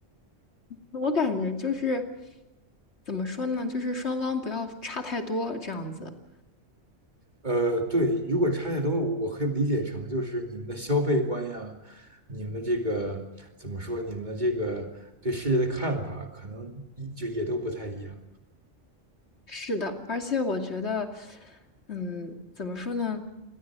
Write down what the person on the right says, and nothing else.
呃，对，如果差太多，我可以理解成就是你们的消费观呀，你们的这个怎么说，你们的这个对世界的看法，可能一就也都不太一样。